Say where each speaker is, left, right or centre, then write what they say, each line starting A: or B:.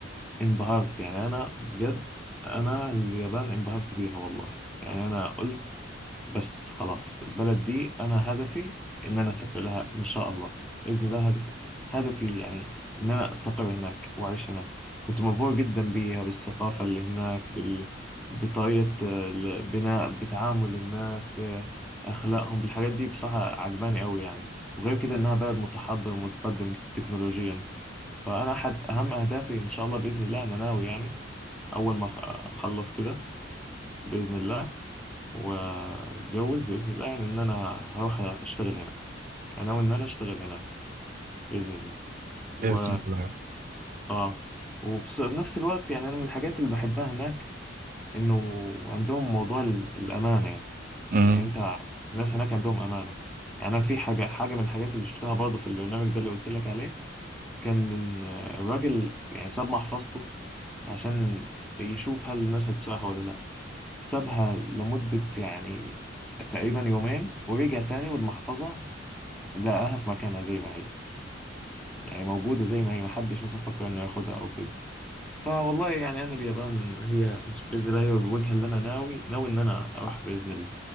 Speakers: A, in the centre; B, on the right (about 45°).
A: انبهرت يعني انا بجد انا اليابان انبهرت بيها والله يعني انا قلت بس خلاص البلد دي انا هدفي ان انا اسافر لها ان شاء الله باذن الله هدفي هدفي يعني ان انا استقر هناك واعيش هناك كنت مبهور جدا بيها بالثقافه اللي هناك بال... بطريقه آه، البناء بتعامل الناس باخلاقهم بالحاجات دي بصراحه عجباني قوي يعني وغير كده انها بلد متحضر ومتقدم تكنولوجيا فانا احد اهم اهدافي ان شاء الله باذن الله انا ناوي يعني اول ما أخ- اخلص كده باذن الله واتجوز باذن الله يعني ان انا هروح اشتغل هناك انا وان انا اشتغل هناك باذن الله و
B: باذن الله
A: اه وفي نفس الوقت يعني انا من الحاجات اللي بحبها هناك انه عندهم موضوع ال- الامانه يعني
B: امم
A: يعني انت الناس هناك عندهم امانه يعني انا في حاجه حاجه من الحاجات اللي شفتها برضه في البرنامج ده اللي قلت لك عليه كان إن الراجل يعني ساب محفظته عشان يشوف هل الناس هتسرقها ولا لا سابها لمده يعني تقريبا يومين ورجع تاني والمحفظة لقاها في مكانها زي ما هي يعني موجودة زي ما هي محدش مثلا فكر انه ياخدها او كده فوالله يعني انا اليابان هي بإذن الله هي الوجهة اللي انا ناوي ناوي ان انا اروح بإذن الله